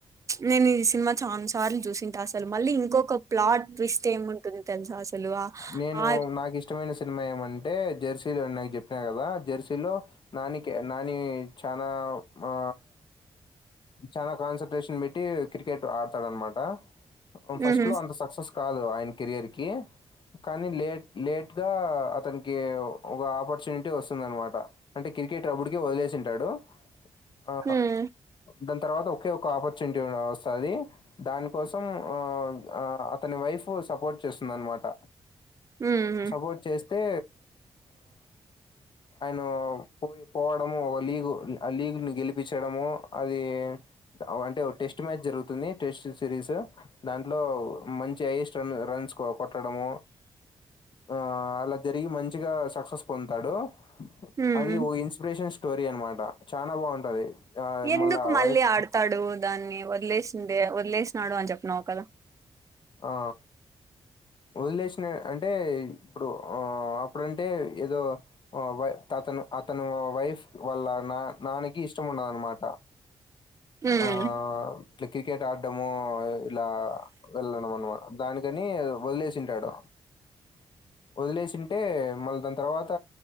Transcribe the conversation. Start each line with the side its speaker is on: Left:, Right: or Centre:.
Right: నేను ఈ సినిమా చాలా సార్లు చూసింట అసలు మళ్ళీ ఇంకొక ప్లాట్ ట్విస్ట్ ఏముంటుంది తెలుసా అసలు ఆ
Left: నేను
Right: ఆ
Left: నాకు ఇష్టమైన సినిమా ఏమంటే జెర్సీలో <unintelligible> చెప్పినా కదా జెర్సీలో నాని నాని చాన ఆ చాలా కాన్సన్ట్రేషన్ పెట్టి క్రికెట్ ఆడతాడనమాట ఫస్ట్
Right: ఉహు
Left: లో అంత సక్సెస్ కాదు ఆయన కెరియర్ కి కానీ లేట్ లేట్ గా అతనికి ఒక ఆపర్చునిటీ వస్తుంది అనమాట అంటే క్రికెట్ అప్పటికే వదిలేసింటాడు ఆ
Right: ఉమ్
Left: దాని తర్వాత ఒకే ఒక ఆపర్చునిటీ వస్తుంది దానికోసం ఆ అతని వై వైఫ్ సపోర్ట్ చేస్తుంది అనమాట
Right: ఉహు
Left: సపోర్ట్ చేస్తే ఆయన పోయి పోవడము ఒక లీగ్ ఆ లీగ్ ని గెలిపించడము అది అంటే టెస్ట్ మ్యాచ్ జరుగుతుంది టెస్ట్ సిరీస్ దాంట్లో మంచి హైయెస్ట్ రన్ రన్స్ కొట్టడము ఆ అలా జరిగి మంచిగా సక్సెస్ పొందుతాడు
Right: ఉమ్
Left: అది ఓ ఇన్స్పిరేషన్ స్టోరీ అన్నమాట చాన బాగుంటది ఆ
Right: ఎందుకు
Left: మళ్ళా
Right: మళ్ళీ
Left: వైఫ్
Right: ఆడతాడు దాన్ని వదిలేసిందే వదిలేసినాడు అని చెప్న్నావు కదా
Left: ఆ వదిలేసినా అంటే ఇప్పుడు ఆ అప్పుడుంటే ఏదో వై తను అతను వైఫ్ వల్ల నా నానకి ఇష్టం ఉండదన్నమాట
Right: ఉమ్
Left: ఆ ఇట్లా క్రికెట్ ఆడ్డాము ఇలా వెళ్ళడం అనమాట దానికని వదిలేసింటాడు వదిలేసింటే మళ్ళీ దాని తర్వాత